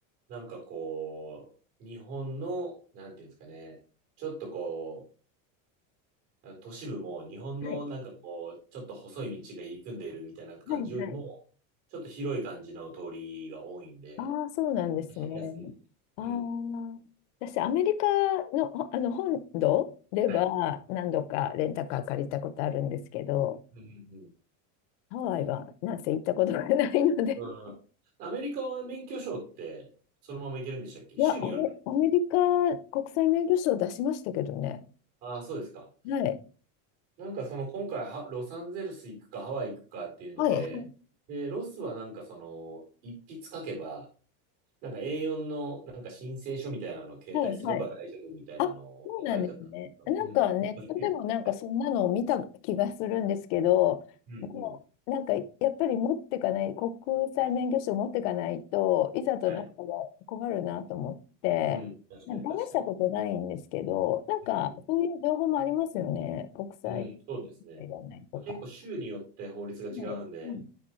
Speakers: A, on the right; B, on the left.
A: なんかこう、日本の、なんていうんですかね、ちょっとこう、あの都市部も日本のなんかこう、
B: はい。
A: ちょっと細い道が入り組んでるみたいな感じよりも、
B: はいはい
A: ちょっと広い感じの通りが多いんで、
B: ああ、そうなんですね。
A: 走りやすい。
B: ああ、
A: うん。
B: 私、アメリカの、ほあの本土では何度かレンタカー借りたことあるんですけど、
A: はい。うんうんうん。
B: ハワイはなんせ行ったことがないので、
A: うん。アメリカは免許証ってそのまま行けるんでしたっけ州によるの
B: いや、アメ、アメリカ国際免許証出しましたけどね。
A: ああー、そうですか。
B: はい。
A: なんかその今回は、ロサンゼルス行くかハワイ行くかっていうので、
B: はい。はい。
A: で、ロスはなんかその、一筆書けば、なんか A4 のなんか申請書みたいなのを携帯すれば大丈夫みたいなのが書いてあったんですけど。
B: はい。はいあ、そうなんですね。なんかネットでもなんかそんなのを見た気がするんですけど、
A: うん。確かによるみたい。うんうん。
B: もうなんかやっぱり持ってかない、国際免許証持ってかないといざとなったら困るなと思って、
A: はい。うん。確かに確かに。
B: なんか試したことないんですけど、なんかそういう情報もありますよね。
A: うん
B: 国際
A: うん。うん。そうですね。
B: いらないとか。
A: まあ、結構州によって法律が違うんで、
B: はい。うん